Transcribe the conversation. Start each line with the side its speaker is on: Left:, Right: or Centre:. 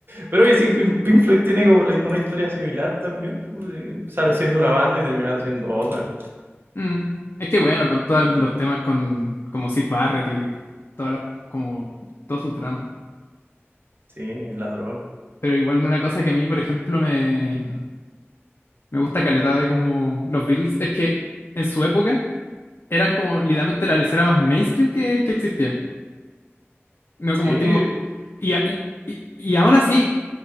Right: pero oye, sí, Pink Pink Floyd tiene como la- una historia similar también. pues, eh, empezaron siendo una banda y terminaron siendo otra.
Left: Mm. Es que bueno, con todos los temas con como Sid Barrett y todas las, como todos sus dramas.
Right: Sí, la droga.
Left: Pero igual una cosa que a mí, por ejemplo, me, me gusta caleta de como los Beatles es que en su época eran como literalmente la lesera más mainstream que, que existía. No
Right: Sí,
Left: como tipo. Y, a- y, y, y aún así